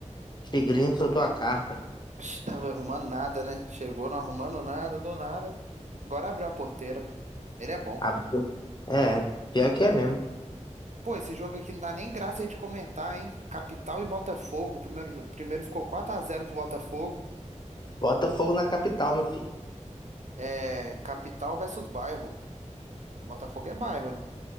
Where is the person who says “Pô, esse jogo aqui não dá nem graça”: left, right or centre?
Right